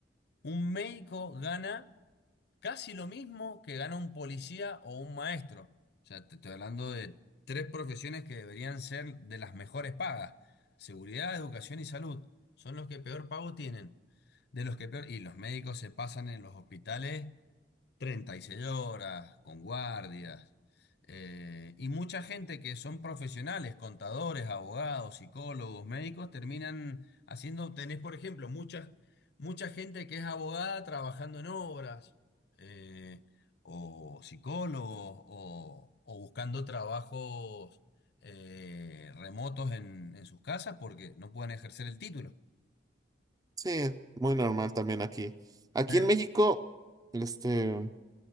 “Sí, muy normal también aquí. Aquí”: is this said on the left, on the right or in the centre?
Right